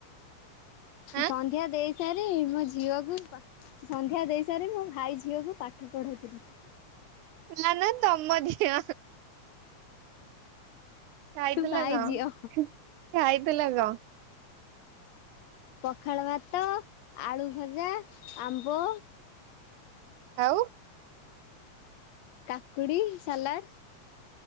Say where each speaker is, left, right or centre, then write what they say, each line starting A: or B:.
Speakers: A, on the left; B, on the right.
A: ସନ୍ଧ୍ୟା
B: ଆଁ
A: ଦେଇ ସାରି ମୋ ଝିଅକୁ ସନ୍ଧ୍ୟା ଦେଇ ସାରି ମୋ ଭାଇ ଝିଅକୁ ପାଠ ପଢଉଥିଲି
B: ନା ନା ତ ମ ଝିଅ। ଖାଇଥିଲ
A: ଭାଇ
B: କଆଁ
A: ଝିଅ
B: ଖାଇଥିଲ ଗାଅଁ
A: ପଖାଳ ଭାତ, ଆଳୁ ଭଜା, ଆମ୍ବ
B: ଆଉ
A: କାକୁଡ଼ି ସାଲାଡ଼